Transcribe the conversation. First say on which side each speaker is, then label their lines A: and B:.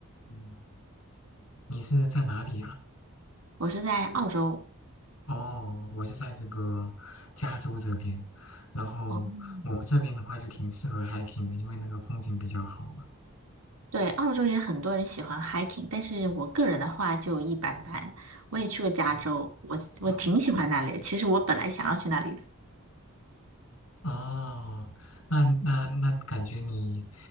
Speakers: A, on the left; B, on the right.
A: 嗯，你是在哪里呀？
B: 我是在澳洲，
A: 哦，我是在这个加州这边，然后我们这边的话就挺适合
B: 哦，
A: hiking 的，因为那个风景比较好嘛。
B: 对，澳洲也很多人喜欢 hiking，但是我个人的话就一般般。我也去过加州，
A: 哦
B: 我我挺喜欢那里的。
A: 哦
B: 其实我本来想要去那里的，
A: 哦，那那那感觉你